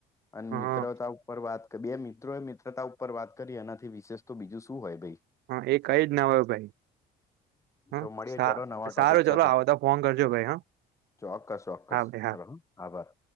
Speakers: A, on the left; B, on the right.
A: અને
B: હા
A: મિત્રતા ઉપર વાત કે બે મિત્રો એ મિત્રતા ઉપર વાત કરી એનાથી વિશેષ તો બીજું શું હોય ભઈ.
B: હા એ કઈ ના જ હોય ભઈ હ
A: તો મળીએ
B: હા
A: ચલો નવા ટોપિક
B: સારું
A: સાથે
B: ચલો આવતા ફોન કરજો ભઈ હ હા
A: ચોક્કસ ચોક્કસ
B: ભાઈ હા.
A: ચલો હ આભાર.